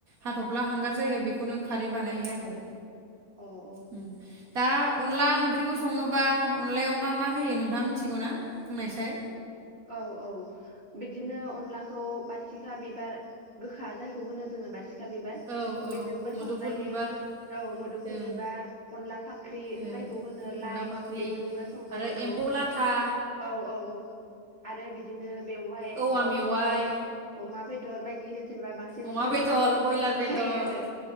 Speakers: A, on the right; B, on the right.
A: हाथब्ला हांगार जायो बेखौनो खारै बानायो आरो
B: औ औ
A: उम दा अनला ओंख्रिखौ सङोबा अनलायाव मा मा होयो नोंथाङा मिथिगौ ना बुंनायसाय
B: औ औ बिदिनो अनलाखौ बासिखा बिबार गोखा जायखौ होनो जोङो बासिखा फिसा बिबार
A: औ औ
B: बेजोंबो
A: मुदुफुल
B: संजायो
A: बिबार
B: औ मोदुफुल
A: ओं
B: बिबार अनला फाखा ओंख्रि
A: ओं
B: जायखौ होनो
A: अनला
B: लाइ
A: फाख्रि
B: बेजोंबो संजायो
A: आरो एम्फौ
B: औ
A: लाथा
B: औ औ औ आरो बिदिनो बेवहाय
A: औवा
B: दावउ
A: मेवाइ
B: बेदर अमा बेदर बायदि होथनबा बांसिन
A: अमा
B: गोथावसिन
A: बेदर बयलार बेदर
B: जायो आरो